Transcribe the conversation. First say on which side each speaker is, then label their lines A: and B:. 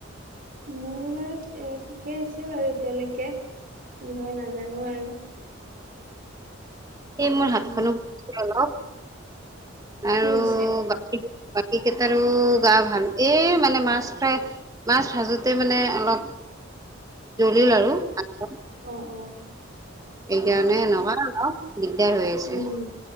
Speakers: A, on the right (about 45°); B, on the right (about 20°).
A: মোৰ বাৰু এ, ঠিকে আছে বাৰু এতিয়ালৈকে, কি হয় না নাজানো আৰু উম
B: এই মোৰ হাতখনো
A: উম
B: <unintelligible> অলপ আৰু
A: কি হৈছে হাতত?
B: বাকী বাকী কেইটাৰো গা ভাল, এই মানে মাছ ফ্ৰাই মাছ ভাজোঁতে মানে অলপ, জ্বলিল
A: অ
B: আৰু হাতখন।
A: অ অ
B: এইকাৰণে
A: উম
B: এনেকুৱা হ'ল আৰু। দিগদাৰ হৈ আছে,
A: উম